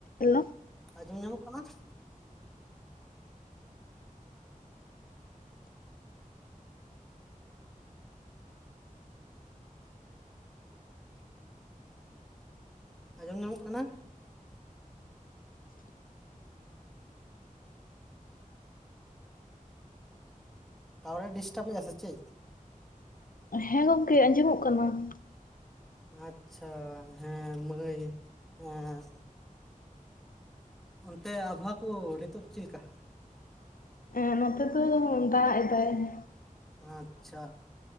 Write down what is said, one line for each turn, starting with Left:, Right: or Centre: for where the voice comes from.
Left: Hello.
Centre: ᱟᱸᱡᱚᱢ ᱧᱟᱢᱚᱜ ᱠᱟᱱᱟ? ᱟᱸᱡᱚᱢ ᱧᱟᱢᱚᱜ ᱠᱟᱱᱟ? ᱴᱟᱣᱟᱨᱮ ᱰᱤᱥᱴᱟᱵᱮᱫᱟ ᱥᱮ ᱪᱮᱫ?
Left: ᱦᱮᱸ ᱜᱚᱝᱠᱮ ᱟᱸᱡᱚᱢᱚᱜ ᱠᱟᱱᱟ ᱾
Centre: ᱟᱪᱪᱷᱟ ᱦᱮᱸ ᱢᱟᱹᱭ ᱦᱮᱸ᱾ ᱚᱱᱛᱮ ᱟᱵᱚᱦᱟᱣᱟ ᱠᱚ ᱱᱤᱛᱳᱜ ᱪᱤᱱ ᱞᱮᱠᱟ?
Left: ᱮᱸ ᱱᱚᱛᱮ ᱫᱚ ᱫᱟᱜ ᱮᱫᱟᱭ ᱾
Centre: ᱟᱪᱪᱷᱟ